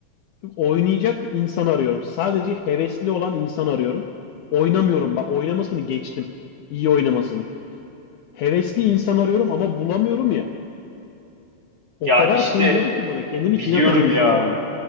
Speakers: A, on the left (about 70°); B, on the right (about 30°).
A: Oynayacak insan arıyorum. Sadece hevesli olan insan arıyorum. Oynamıyorum. Bak oynamasını geçtim. İyi oynamasını. Hevesli insan arıyorum ama bulamıyorum ya. O
B: Ya
A: kadar
B: işte
A: koyuyordu ki bana. Kendimi
B: biliyorum
A: Hinata gibi
B: ya.
A: hissediyordum.